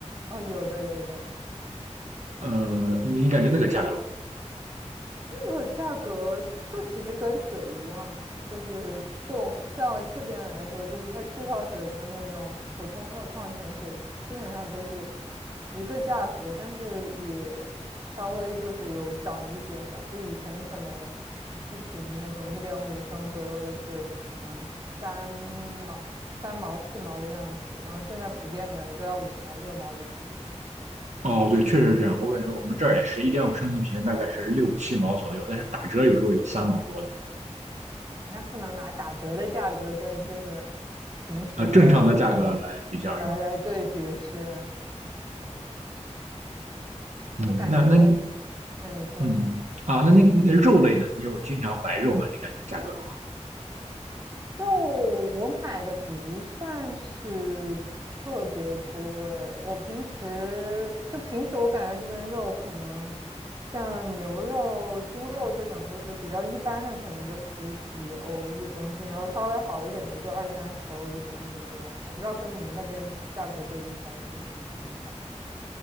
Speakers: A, on the right (about 35°); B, on the right (about 75°).
A: 哦，有的有的，
B: 呃，你感觉那个价格？
A: 这个价格就其实跟水一样啊，就是对我们在这边来说，就是它气泡水跟那种普通的矿泉水基本上都是一个价格，但是也稍微就是有涨一点吧。就以前可能一瓶那种一点五升左右的水，可能三毛、三毛、四毛的样子，然后现在普遍感觉都要五毛、六毛一瓶。
B: 哦，对，确实是这样。我感觉我们这儿也是一点五升一瓶，大概是六七毛左右，但是打折有时候有三毛多的。
A: 那不能拿打折的价格跟就是平时的普来来对比是，
B: 呃正常的价格来比较上。嗯，
A: 就感觉，
B: 那那你
A: 那你说
B: 嗯啊，那那那肉类呢？你有经常买肉吗？你感觉价格如何？
A: 肉我买的不算是特别多诶，我平时就平时我感觉这边肉可能像牛肉、猪肉这种就是比较一般的，可能就十几欧一公斤，然后稍微好一点的就二三十欧一公斤这样，我不知道跟你们那边价格对比起来是个什么情况。